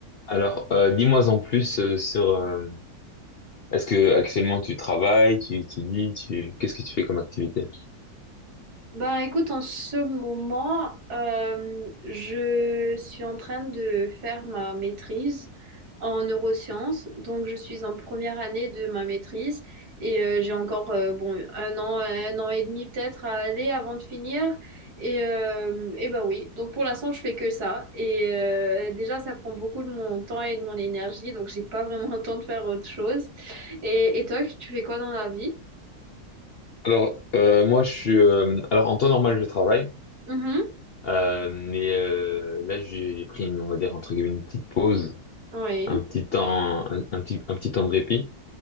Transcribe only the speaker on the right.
Ben écoute, en ce moment, euh, je suis en train de faire ma maîtrise en neurosciences. Donc je suis en première année de ma maîtrise et euh, j'ai encore euh, bon un an, un an et demi peut-être à aller avant de finir. Et, euh, et ben oui, donc pour l'instant je fais que ça. Et euh, déjà ça prend beaucoup de mon temps et de mon énergie, donc j'ai pas vraiment le temps de faire autre chose. Et, et toi, tu fais quoi dans la vie?
Mhm.
Oui.